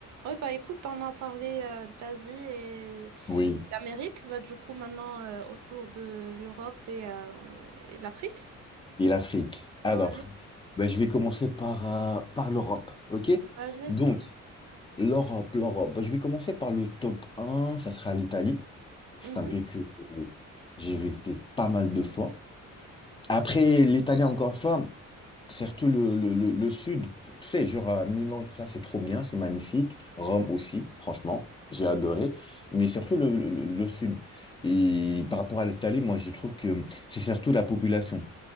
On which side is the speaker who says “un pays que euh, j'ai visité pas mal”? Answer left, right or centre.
Left